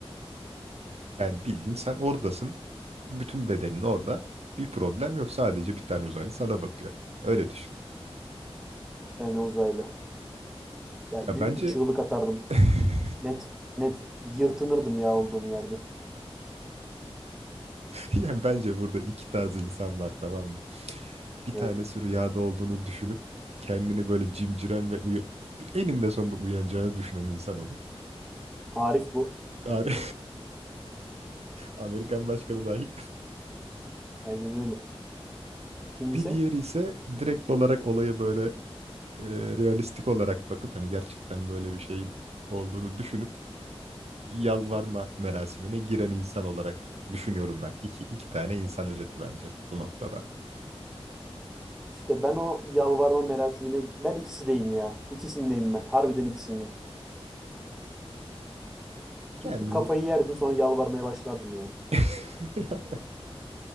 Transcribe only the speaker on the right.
Yani bildiğin sen oradasın. Bütün bedenin orada. Bir problem yok. Sadece bir tane uzaylı sana bakıyor. Öyle düşün.
Ya
bence
<laughs>
ya bence burada iki tarz insan var tamam mı? Bir
tanesi rüyada olduğunu düşünüp kendini böyle cimciren ve uyu eninde sonunda uyanacağını düşünen insan olur.
Ar- <laughs> Amerikan başkanı dahil.
Bir diğeri ise direkt olarak olaya böyle e, realistik olarak bakıp hani gerçekten böyle bir şeyin olduğunu düşünüp yalvarma merasimine giren insan olarak dü- düşünüyorum ben. İki, iki tane insan özeti bence bu noktada.
Kendini
<laughs>